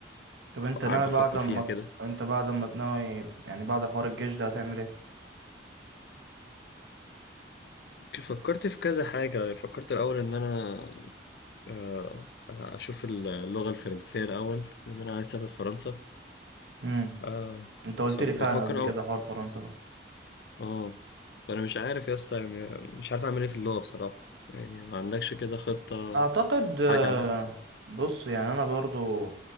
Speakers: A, on the right; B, on the left.
A: طب أنت
B: قاعد
A: ناوي
B: بفكر
A: بعد ما
B: فيها كده
A: أنت بعد ما تناوي يعني بعد حوار الجيش ده هتعمل إيه؟
B: فكرت في كذا حاجة فكرت الأول إن أنا آه، أشوف اللغة الفرنسية الأول إن أنا عايز أسافر فرنسا
A: امم
B: آه،
A: أنت قلت
B: فبفكر
A: لي فعلا قبل كده
B: أو...
A: حوار فرنسا ده
B: آه فأنا مش عارف يا اسطى يعني مش عارف أعمل إيه في اللغة بصراحة يعني ما عندكش كده خطة
A: أعتقد آه،
B: حاجة عندك
A: بص يعني أنا برضو